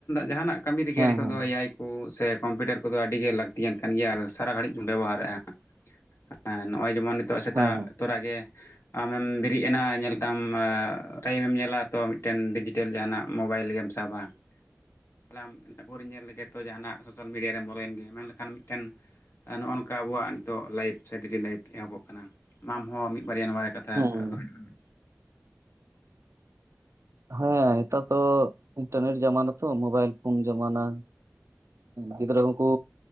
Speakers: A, on the left; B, on the right.
A: ᱡᱟᱦᱟᱱᱟᱜ ᱠᱟᱹᱢᱤ ᱨᱮᱜᱮ
B: ᱦᱮᱸ
A: ᱱᱤᱛᱚᱜ
B: ᱦᱮᱸ ᱦᱮᱸ
A: ᱫᱚ ᱮ ᱟᱭ ᱠᱩ ᱥᱮ ᱠᱚᱢᱯᱤᱭᱩᱴᱟᱨ ᱠᱚᱫᱚ ᱟᱹᱰᱤᱜᱮ ᱞᱟᱹᱠᱛᱤᱭᱟᱱ ᱠᱟᱱ ᱜᱮᱭᱟ ᱟᱨ ᱥᱟᱨᱟ ᱜᱷᱟᱹᱲᱤᱡᱤᱧ ᱵᱚᱱ ᱵᱮᱣᱦᱟᱨ ᱮᱫᱼᱟ᱾ ᱦᱮᱸ ᱱᱚᱜᱼᱚᱭ ᱡᱤᱢᱚᱱ ᱱᱤᱛᱚᱜ ᱥᱮᱛᱟᱜ
B: ᱦᱮᱸ
A: ᱛᱚᱨᱮ ᱜᱮ ᱟᱢᱮᱢ ᱵᱤᱨᱤᱫ ᱮᱱᱟ ᱧᱮᱞᱫᱟᱢ ᱴᱟᱭᱤᱢᱮᱢ ᱧᱮᱞᱟ ᱛᱚ ᱢᱤᱫ ᱴᱮᱱ ᱰᱤᱡᱤᱴᱮᱞ ᱡᱟᱦᱟᱱᱟᱜ ᱢᱳᱵᱟᱭᱤᱞ ᱜᱮᱢ ᱥᱟᱵᱟ᱾ <unintelligible> ᱧᱮᱞ ᱞᱮᱜᱮ ᱡᱟᱦᱟᱱᱟᱜ ᱥᱳᱥᱟᱞ ᱢᱤᱰᱤᱭᱟ ᱨᱮᱢ ᱵᱚᱞᱚᱭᱮᱱ ᱜᱮ ᱢᱮᱱᱞᱠᱷᱟᱱ ᱢᱤᱫ ᱴᱮᱱ ᱱᱚᱜᱼᱚ ᱱᱚᱝᱠᱟ ᱟᱵᱚᱣᱟᱜ ᱱᱤᱛᱚᱜ ᱞᱟᱭᱤᱯᱷ ᱥᱮ ᱰᱮᱞᱤ ᱞᱟᱭᱤᱯᱷ ᱮᱦᱚᱵᱚᱜ ᱟᱢ ᱦᱚᱸ ᱢᱤᱫ ᱵᱟᱨᱭᱟ ᱱᱚᱣᱟ ᱨᱮ ᱠᱟᱛᱷᱟ
B: ᱦᱩᱸ
A: ᱫᱚᱦᱚᱭ ᱛᱟᱞᱟᱝ
B: ᱦᱮᱸ ᱱᱮᱛᱟᱨ ᱫᱚ ᱤᱱᱴᱟᱨᱱᱮᱴ ᱡᱟᱢᱟᱱᱟ ᱛᱚ ᱢᱳᱵᱟᱭᱤᱞ ᱯᱷᱳᱱ ᱡᱟᱢᱟᱱᱟ ᱜᱤᱫᱽᱨᱟᱹ ᱦᱚᱸᱠᱩ